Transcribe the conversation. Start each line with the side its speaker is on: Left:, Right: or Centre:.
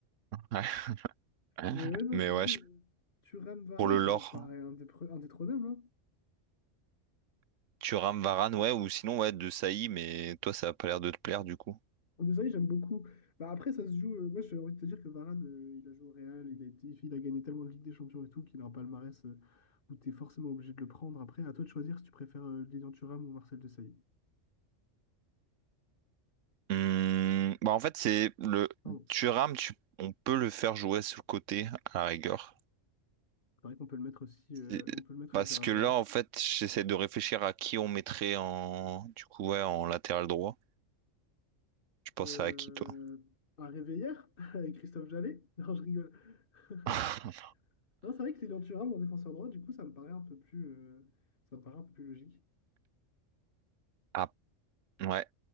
Right: <laughs> Ouais.
Left: Mais ouais, non,
Right: Mais
Left: du
Right: ouais,
Left: coup,
Right: je-
Left: Thuram, Varane,
Right: pour le lore,
Left: ça me paraît indépre- indétrônable, hein.
Right: Thuram, Varane, ouais, ou sinon, ouais, de Saï, mais toi, ça a pas l'air de te plaire, du coup.
Left: Desailly, j'aime beaucoup. Bah, après, ça se joue. euh, moi, j'ai envie de te dire que Varane, euh, il a joué au Real, il a été, il a gagné tellement de Ligue des Champions et tout qu'il a un palmarès euh, où tu es forcément obligé de le prendre. Après, à toi de choisir si tu préfères euh, Lilian Thuram ou Marcel Desailly.
Right: Hum, bah en fait, c'est le
Left: Pardon.
Right: Thuram, tu, on peut le faire jouer sur le côté à la rigueur.
Left: C'est vrai qu'on peut le mettre aussi, euh,
Right: Et-
Left: on peut le mettre
Right: Parce
Left: latéral
Right: que
Left: droit.
Right: là, en fait, j'essaie de réfléchir à qui on mettrait en, du coup, ouais, en latéral droit. Je pense
Left: Euh,
Right: à qui, toi?
Left: à Réveillère, <laughs> avec Christophe Jallet. <laughs> Non, je rigole. <laughs>
Right: <laughs>
Left: Non, c'est vrai que Lilian Thuram en défenseur droit, du coup, ça me paraît un peu plus, euh, ça me paraît un peu plus logique.
Right: Ah, ouais.